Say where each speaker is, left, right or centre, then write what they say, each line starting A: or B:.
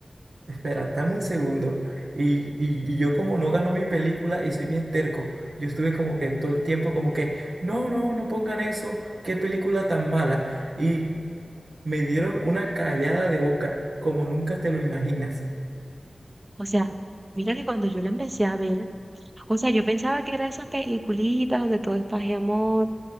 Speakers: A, on the right; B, on the right.
A: Espera, dame un segundo. Y, y, y yo como no ganó mi película y soy bien terco, yo estuve como que todo el tiempo como que, no, no, no pongan eso, qué película tan mala. Y me dieron una callada de boca, como nunca te lo imaginas.
B: O sea, mira que cuando yo la empecé a ver, O sea, yo pensaba que era esas peliculitas donde todo es paz y amor,